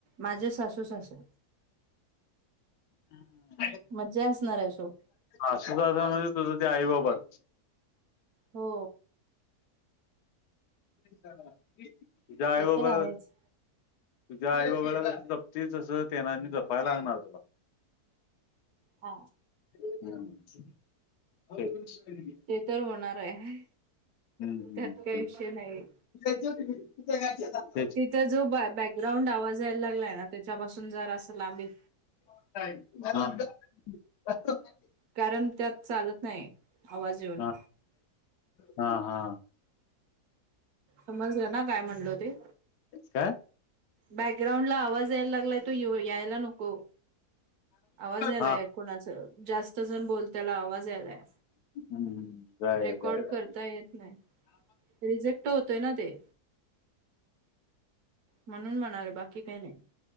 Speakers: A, on the right; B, on the left.
A: माझे सासू सासू
B: हम्
A: मज्जा असणार आहे सो
B: असंचं म्हणजे तुझं ते आई बाबाच
A: हो
B: तुझ्या आई
A: ते
B: बाबाला..
A: तर आहेच.
B: तुझ्या आई बाबाला कस जपतीस तसं तेनासनी जपायला लागणार तुला
A: हा
B: <inaudible>
A: ते तर होणार आहे
B: हम्म
A: त्यात काही
B: तेच.
A: विषय नाही
B: <inaudible>
A: तिथं जो बॅकग्राउंड आवाज यायला लागलाय ना त्याच्यापासून जरास लांब येत
B: ह.... ‌
A: कारण त्यात चालत नाही आवाज येऊन
B: हा हा हा
A: समजलं ना काय म्हणल हो ते
B: काय
A: बॅकग्राऊंड ला आवाज यायला लागलाय तो यायला नको आवाज यायलाय
B: हा
A: कोणाच जास्त जण बोल त्याला आवाज यायलाय
B: हम्म जाऊया
A: रेकॉर्ड
B: जाऊया
A: करता येत नाही रिजेक्ट होतोय ना ते म्हणून म्हणाले बाकी काही नाही